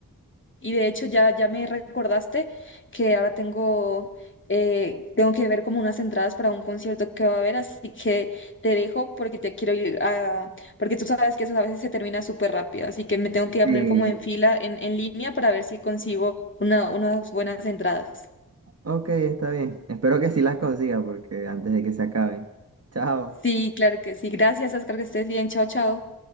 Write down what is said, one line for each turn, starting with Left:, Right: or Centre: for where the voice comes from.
Left: Y de hecho ya, ya me recordaste que ahora tengo, eh, tengo que ver como unas entradas para un concierto que va a haber, así que te dejo porque te quiero ir a, porque tú sabes que eso a veces se termina súper rápido, así que me tengo que ir
Right: Sí,
Left: a poner como en fila, en, en línea para ver si consigo una, unas buenas entradas.
Right: Ok, está bien. Espero que sí las consiga porque antes de que se acaben. Chao.
Left: Sí, claro que sí. Gracias, Oscar, que estés bien. Chao, chao.